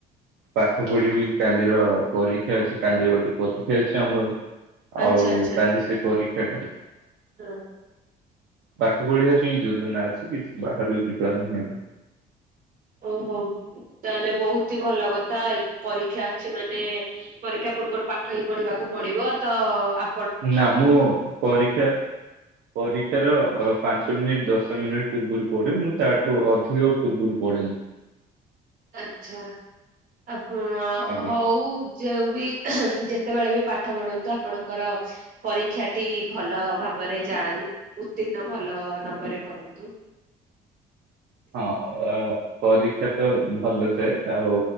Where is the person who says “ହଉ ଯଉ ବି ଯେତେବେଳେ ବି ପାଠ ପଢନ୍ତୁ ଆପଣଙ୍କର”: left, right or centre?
Right